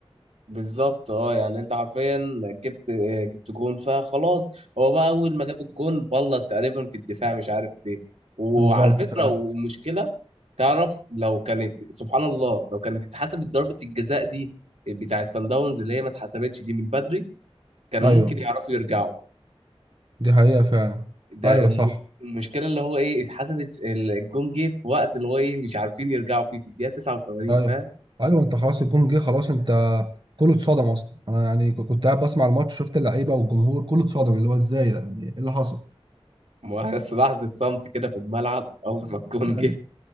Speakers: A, on the right (about 85°); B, on the right (about 50°).
A: بالظبط اه يعني انت حرفيا جبت جبت جون فخلاص هو بقى اول ما جاب الجون بلط تقريبا في الدفاع مش عارف ليه وعلى
B: بالظبط
A: فكره
B: فعلا
A: والمشكله تعرف لو كانت سبحان الله لو كانت اتحسبت ضربه الجزاء دي بتاع السان داونز اللي هي ما اتحسبتش دي من بدري كانوا
B: ايوه
A: ممكن يعرفوا يرجعوا
B: دي حقيقه فعلا
A: ده
B: ايوه
A: الم-
B: صح
A: المشكله اللي هو ايه اتحسبت ال- الجون جه في وقت اللي هو ايه مش عارفين يرجعوا فيه في الدقيقه 89
B: ايوه
A: فاهم
B: ايوه انت خلاص الجون جه خلاص انت كله اتصدم اصلا انا يعني ك- كنت قاعد بسمع الماتش شفت اللعيبه والجمهور كله اتصدم اللي هو ازاي ده يعني ايه اللي حصل
A: ما بس لحظه صمت كده في الملعب اول ما الجون جه
B: ايوه